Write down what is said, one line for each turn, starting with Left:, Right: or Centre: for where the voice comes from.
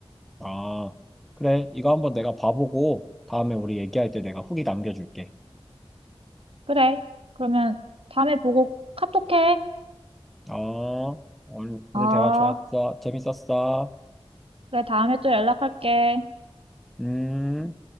Centre: 아, 그래. 이거 한번 내가 봐보고 다음에 우리 얘기할 때 내가 후기 남겨줄게.
Right: 그래. 그러면 다음에 보고 카톡해.
Centre: 아, 오늘, 오늘
Right: 아,
Centre: 대화 좋았어. 재밌었어.
Right: 그래. 다음에 또 연락할게.
Centre: 음.